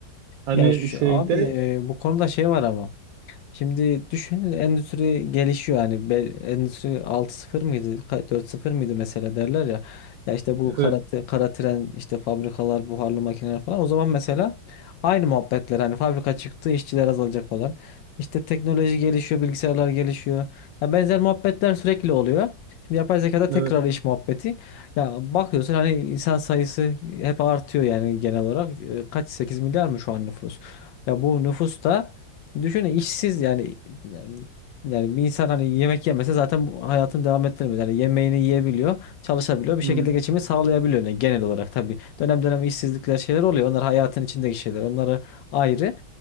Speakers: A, on the right; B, on the left.
A: Hani
B: Ya şu,
A: şeyde
B: abi e, bu konuda şey var ama. Şimdi düşünün endüstri gelişiyor hani bel- endüstri altı sıfır mıydı ka- dört sıfır mıydı mesela derler ya. Ya işte bu
A: evet
B: kara, te- kara tren işte fabrikalar buharlı makineler falan o zaman mesela aynı muhabbetler hani fabrika çıktı işçiler azalacak falan. İşte teknoloji gelişiyor bilgisayarlar gelişiyor. Ya benzer muhabbetler sürekli oluyor. Şimdi yapay zekada tekrar
A: evet
B: iş muhabbeti. Ya bakıyorsun hani insan sayısı hep artıyor yani genel olarak. E, Kaç 8 milyar mı şu an nüfus? Ya bu nüfus da Düşünün işsiz yani yani yani bir insan hani yemek yemese zaten bu hayatını devam ettiremez. Yani yemeğini yiyebiliyor, çalışabiliyor, bir
A: hmm,
B: şekilde geçimini sağlayabiliyor yani genel olarak tabii. Dönem dönem işsizlikler şeyler oluyor. Onlar hayatın içindeki şeyler. Onları ayrı.